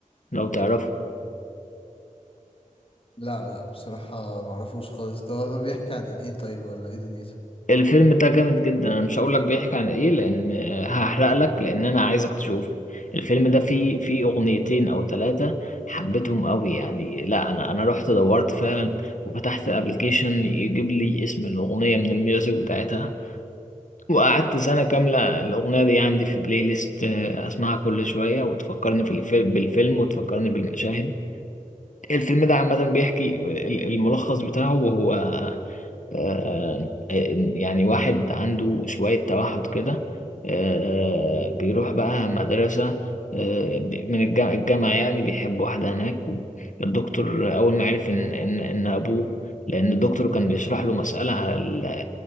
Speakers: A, on the left; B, on the left.
A: لو تعرفه
B: لا لا بصراحة معرفوش خالص ده ده بيحكي عن ايه طيب ولا ايه دنيته
A: الفيلم ده جامد جدا انا مش هقول لك بيحكي عن ايه لان آه، هحرق لك لان انا عايزك تشوفه الفيلم ده فيه فيه اغنيتين او ثلاثة حبيتهم قوي يعني لا انا انا رحت دورت فعلا وفتحت الابليكيشن يجيب لي اسم الاغنية من الميوزك بتاعتها وقعدت سنة كاملة الأغنية دي عندي في البلاي ليست آه، أسمعها كل شوية وتفكرني في الفيل- بالفيلم وتفكرني بالمشاهد الفيلم ده عامة بيحكي ال- الملخص بتاعه وهو آه، آه، يعني واحد عنده شوية توحد كده آه، بيروح بقى مدرسة آه، بي- من الج- الجامعة يعني بيحب واحدة هناك الدكتور أول ما عرف إن إن إن أبوه لأن الدكتور كان بيشرح له مسألة على ال-